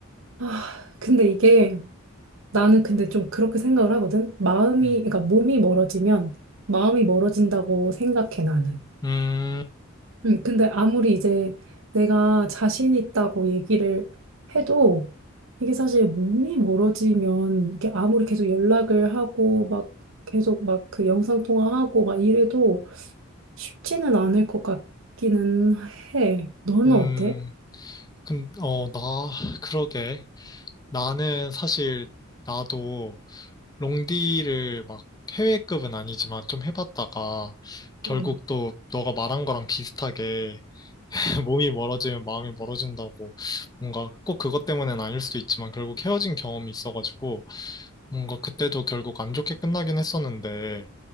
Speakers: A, on the right; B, on the left.
A: 아, 근데 이게 나는 근데 좀 그렇게 생각을 하거든. 마음이,
B: 음,
A: 그러니까 몸이 멀어지면 마음이 멀어진다고 생각해, 나는.
B: 음,
A: 음, 근데 아무리 이제 내가 자신 있다고 얘기를 해도 이게 사실 몸이 멀어지면 이게 아무리 계속 연락을 하고 막 계속 막 그 영상통화하고 막 이래도 쉽지는 않을 것 같기는 해. 너는
B: 음,
A: 어때?
B: 근, 어, 나, 그러게. 나는 사실, 나도 롱디를 막 해외급은 아니지만 좀 해봤다가, 결국
A: 음,
B: 또 너가 말한 거랑 비슷하게 <laughs> 몸이 멀어지면 마음이 멀어진다고 뭔가 꼭 그것 때문는 아닐 수도 있지만 결국 헤어진 경험이 있어가지고 뭔가 그때도 결국 안 좋게 끝나긴 했었는데